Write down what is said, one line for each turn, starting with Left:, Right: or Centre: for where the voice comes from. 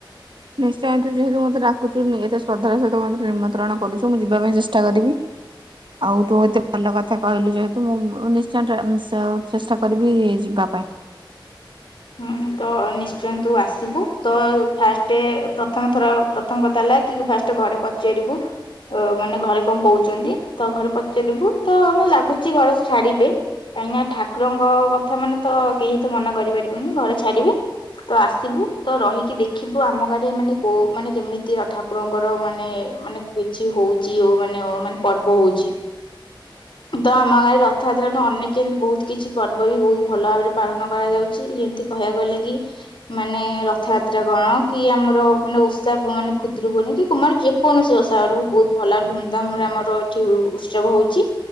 Right: ନିଶ୍ଚୟ। ଯେହେତୁ ମତେ ଡ଼ାକୁଚୁ ୁ ଏତ ଶ୍ରଦ୍ଧାର ସହିତ ମେ ନିମନ୍ତ୍ରଣ କରୁଁ ଯିବା ପାଇଁ ଚେଷ୍ଟ କର ଆଉ ତୁ ଏତେ ଭଲ କଥା କହିଲୁ ଯେହେତୁ ମୁ ନି୍ଚୟ ଚେଷ୍ଟା କରିବି ଯିବା ପାଇଁ
Left: ହୁଁ ତ ନିଶ୍ଚୟ ତୁ ଆସିବୁ ତ ଫାଷ୍ଟ ପ୍ରଥମଥର ପ୍ରଥମ କଥା ହେଲା କି ଫାଷ୍ଟ ଘରେ ପଚାରିବୁ ମାନେ ଘରେ କଣ କହୁଛନ୍ତି ତ ଘରେ ପଚାରିବୁ ତ ଆ ଲାଗୁଛି ଘରେ ଛାଡିବେ କାହିଁକି ଠାକୁରଙ୍କ କଥା ମାନେ ତ କେହି ତ ମନା କରିପାରିବେ ମ ଘରେ ଛାଡିବେ ତ ଆସିବୁ ତ ରହିକି ଦେଖିବୁ ଆମ ଗାଁରେ ମାନେ କୋଉ ମାନେ କେମିତି ରଥାକୁରଙ୍କର ମାନେ ମାନେ କିଛି ହଉଛିଉ ମାନେ ମାନେ ପର୍ବ ହଉଛି ତ ଆମ ଗାଁରେ ରଥଯାତ୍ରା ଅନେକ କେମିତି ବହୁତ କିଛି ପର୍ବ ବି ବହୁତ ଭଲ ଭାବରେ ପାଳନ କରାଯାଉଛି ଯେମିତି କହିବାକୁ ଗଲେ କି ମାନେ ରଥଯାତ୍ରା କଣ କି ଆମର ମାନେ ଓଷା ମାନେ ଖୁଦ୍ରକୁୁନି କି କୁମାର ଯେକୌଣସି ଓଷା ଆୁଡକୁ ବହୁତ ଭଲ ଧୁମଧାମରେ ଆମର ଏଠି ଉତ୍ସବ ହଉଛି